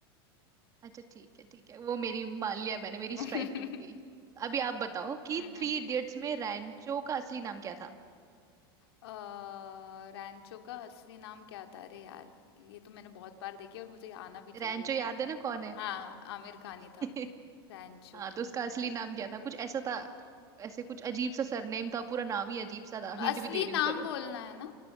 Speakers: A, on the right (about 25°); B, on the left (about 80°).
A: अच्छा ठीक है ठीक है वो मेरी मान लिया मैंने मेरी
B: <laughs>
A: स्ट्राइक
B: हम्म
A: टूट गई अभी आप बताओ कि
B: <laughs>
A: थ्री इडियट्स में रैंचो का असली नाम क्या था
B: अ, रैंचो का असली नाम क्या था अरे यार ये तो मैंने बहुत बार देखी है और मुझे आना भी
A: रैंचो
B: चाहिए ये
A: याद है ना कौन है
B: हाँ आमिर खान ही था
A: <laughs>
B: रैंचो
A: हाँ तो उसका असली नाम क्या था कुछ ऐसा था ऐसे कुछ अजीब सा सरनेम था पूरा नाम ही अजीब सा था हिंट
B: असली
A: भी दे रही
B: नाम
A: हूँ चलो
B: बोलना है ना